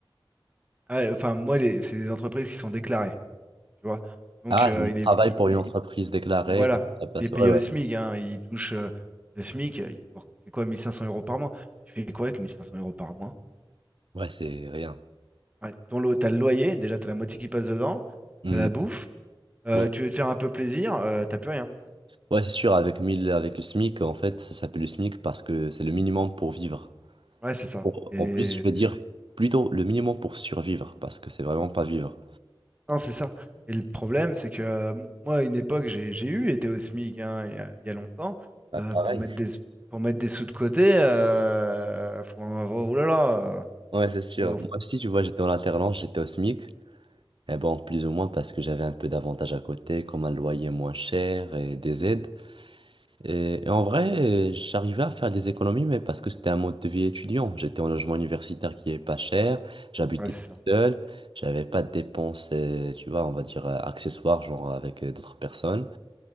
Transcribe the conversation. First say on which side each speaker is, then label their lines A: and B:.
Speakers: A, on the right (about 15°); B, on the right (about 70°).
A: ah, euh, enfin, moi, les- c'est des entreprises qui sont déclarées, tu vois. Donc,
B: Ah,
A: euh,
B: il
A: il est,
B: travaille
A: il-
B: pour une
A: il-
B: entreprise déclarée,
A: voilà,
B: ça passe.
A: il est payé
B: Ouais, ouais.
A: au SMIC, hein, il touche euh, le SMIC, euh, il faut- c'est quoi, 1500 euros par mois? Tu fais quoi avec 1500 euros par mois?
B: Ouais, c'est rien.
A: Ouais, ton lot, t'as le loyer, déjà, t'as la moitié qui passe dedans,
B: Hmm.
A: t'as la bouffe, euh,
B: Ouais.
A: tu veux te faire un peu plaisir, euh, t'as plus rien.
B: Ouais, c'est sûr, avec 1000, avec le SMIC, en fait, ça s'appelle le SMIC parce que c'est le minimum pour vivre.
A: Ouais, c'est ça.
B: Pour-
A: Et
B: En plus, je veux dire plutôt le minimum pour survivre parce que c'est vraiment pas vivre.
A: Non, c'est ça. Et le problème, c'est que euh, moi, à une époque, j'ai j'ai eu été au SMIC hein, il y a, il y a longtemps.
B: Bah,
A: euh,
B: pareil.
A: pour mettre des, pour mettre des sous de côté, euh, faut en avoir. Ouh là là, euh,
B: Ouais, c'est sûr.
A: faut-
B: Moi aussi, tu vois, j'étais en alternance, j'étais au SMIC. Et bon, plus ou moins parce que j'avais un peu d'avantages à côté, comme un loyer moins cher et des aides. Et, et en vrai, euh, j'arrivais à faire des économies, mais parce que c'était un mode de vie étudiant. J'étais en logement universitaire qui est pas cher, j'habitais
A: ouais, c'est
B: tout
A: ça.
B: seul, j'avais pas de dépenses, euh, tu vois, on va dire euh, accessoires, genre avec euh, d'autres personnes.